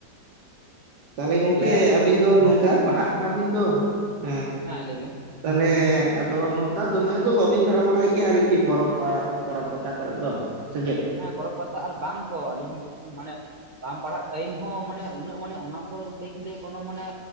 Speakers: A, on the right (about 80°); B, on the right (about 45°).
A: ᱛᱟᱞᱦᱮ ᱜᱚᱝᱠᱮ
B: ᱛᱟᱦᱞᱮ
A: ᱟᱵᱤᱱ ᱫᱚ ᱱᱚᱝᱠᱟ ᱯᱟᱲᱦᱟᱜ ᱠᱟᱱᱟ ᱵᱤᱱ ᱛᱚ ᱦᱮᱸ,
B: ᱞᱟᱹᱭ ᱵᱤᱱ
A: ᱛᱟᱞᱦᱮ ᱟᱫᱚ ᱱᱚᱝᱠᱟ ᱫᱚᱢᱮ ᱫᱚ ᱵᱟᱹᱵᱤᱱ ᱫᱟᱬᱟ ᱵᱟᱲᱟᱭ ᱜᱮᱭᱟ ᱟᱨᱠᱤ ᱯᱚᱨᱚᱵᱽ ᱠᱚ ᱟᱲᱟᱜ, ᱯᱚᱨᱚᱯ ᱯᱟᱛᱟ ᱠᱚᱨᱮᱜ ᱫᱚ ᱥᱮ ᱪᱮᱫ?
B: ᱦᱮᱸ ᱯᱚᱨᱚᱵᱽ ᱯᱟᱛᱟ ᱟᱨ ᱵᱟᱝᱨᱮᱦᱚ ᱟᱹᱞᱤᱧ ᱢᱟᱱᱮ, ᱵᱟᱝ ᱯᱟᱲᱦᱟᱜ ᱴᱟᱹᱭᱤᱢ ᱦᱚᱸ ᱢᱟᱱᱮ ᱩᱱᱟᱹᱜ ᱢᱟᱱᱮ ᱚᱱᱟ ᱠᱚ ᱫᱤᱠᱞᱮ ᱠᱳᱱᱳ ᱢᱟᱱᱮ,